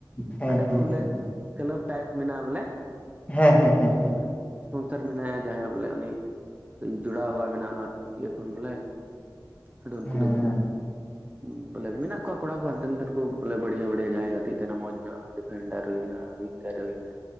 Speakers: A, on the left (about 20°); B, on the right (about 20°).
A: ᱦᱮᱸ
B: ᱚᱸᱰᱮ
A: ᱦᱮᱸ
B: ᱠᱚ ᱵᱚᱞᱮ
A: ᱦᱮᱸ
B: ᱠᱮᱞᱟᱵᱽ ᱴᱟᱭᱤᱯ ᱢᱮᱱᱟᱜᱼᱟ᱾ ᱵᱚᱞᱮ
A: ᱦᱮᱸ ᱦᱮᱸ ᱦᱮᱸ
B: ᱚᱸᱰᱮ ᱥᱯᱚᱱᱥᱟᱨ ᱢᱮᱱᱟᱭᱟ᱾ ᱡᱟᱦᱟᱸᱭ ᱵᱚᱞᱮ ᱩᱱᱤ ᱡᱚᱲᱟᱣᱟᱭ ᱤᱭᱟᱹ ᱠᱷᱚᱱ ᱵᱚᱞᱮ ᱟᱫᱚ ᱩᱱᱠᱩ
A: ᱦᱮᱸ
B: ᱫᱚ
A: ᱦᱮᱸ
B: ᱵᱚᱞᱮ ᱢᱮᱱᱟᱜ ᱠᱚᱣᱟ ᱠᱚᱲᱟ ᱠᱚ ᱦᱟᱱᱛᱮ ᱱᱟᱛᱮ ᱠᱚ ᱵᱚᱞᱮ ᱵᱟᱹᱲᱦᱭᱟᱹ ᱵᱟᱹᱲᱦᱭᱟᱹ ᱡᱟᱦᱟᱸᱭ ᱜᱟᱛᱮ ᱛᱟᱦᱮᱱᱟ ᱢᱚᱸᱡᱽ ᱧᱚᱜ ᱰᱤᱯᱷᱮᱱᱰᱟᱨ ᱦᱩᱭᱱᱟ ᱩᱭᱤᱝᱜᱟᱨ ᱦᱩᱭᱱᱟ